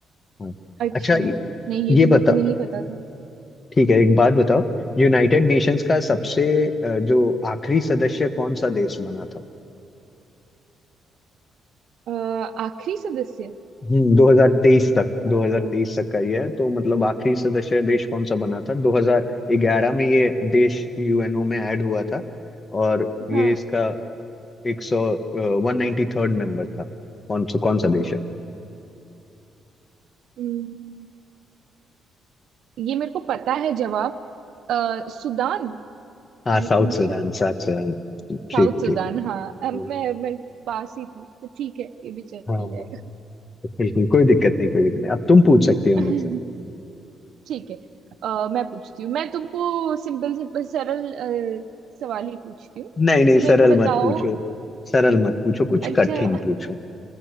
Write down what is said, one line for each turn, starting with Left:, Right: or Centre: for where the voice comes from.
Left: हाँ
Right: अच्छा
Left: अच्छा ये
Right: नहीं ये
Left: ये
Right: तो
Left: बता
Right: मेरे को नहीं पता था
Left: ठीक है एक बात बताओ यूनाइटेड नेशंस का सबसे अ, जो आखिरी सदस्य कौन सा देश बना था
Right: अ, आखिरी सदस्य
Left: हम्म 2023 तक
Right: अ,
Left: 2023 तक का ये है तो मतलब आखिरी सदस्य देश कौन सा बना था 2011 में ये देश यूएनओ में ऐड हुआ था और ये
Right: हाँ
Left: इसका एक सौ वन नाइन्टी थर्ड मेंबर था कौन सा कौन सा देश है
Right: हम्म, ये मेरे को पता है जवाब अ, Sudan
Left: हाँ
Right: I
Left: साउथ
Right: think
Left: सुडान
Right: so
Left: साउथ सुडान
Right: South
Left: ठीक
Right: Sudan
Left: ठीक
Right: हाँ अ,
Left: हम्म,
Right: मैं मैं पास ही थी तो ठीक है ये भी चल
Left: हाँ हाँ
Right: जाएगा
Left: बिल्कुल कोई दिक्कत नहीं कोई दिक्कत नहीं अब तुम पूछ सकती हो
Right: <laughs>
Left: मुझसे
Right: ठीक है अ, मैं पूछती हूँ मैं तुमको सिंपल सिंपल सरल अ, सवाल ही पूछती हूँ
Left: नहीं नहीं
Right: तो मेरे
Left: सरल
Right: को बताओ
Left: मत पूछो सरल मत पूछो कुछ
Right: अच्छा
Left: कठिन पूछो